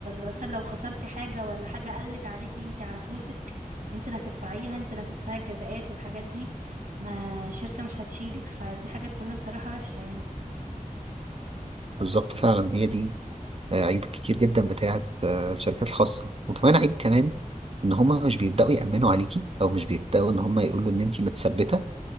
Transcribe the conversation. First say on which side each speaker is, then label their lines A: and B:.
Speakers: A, on the right; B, on the right.
A: مثلا لو خسرتي حاجة ولا حاجة قلت عليكي انت على فلوسك انت اللي هتدفعيها انت اللي هتدفعي الجزاءات والحاجات دي ما شركة مش هتشيلك فدي حاجات كلها بصراحة وحشة يعني
B: بالظبط فعلا هي دي آه، عيوب كتير جدا بتاعت آه، الشركات الخاصة وكمان عيب كمان ان هما مش بيبدأوا يأمنوا عليكي او مش بيبدأوا ان هما يقولوا ان انتي متثبتة